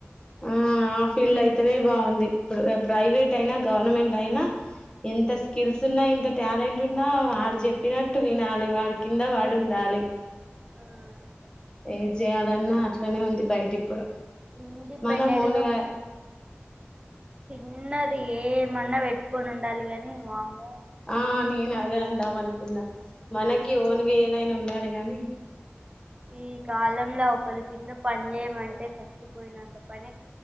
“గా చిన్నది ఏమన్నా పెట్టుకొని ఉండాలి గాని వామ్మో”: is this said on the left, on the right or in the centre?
Right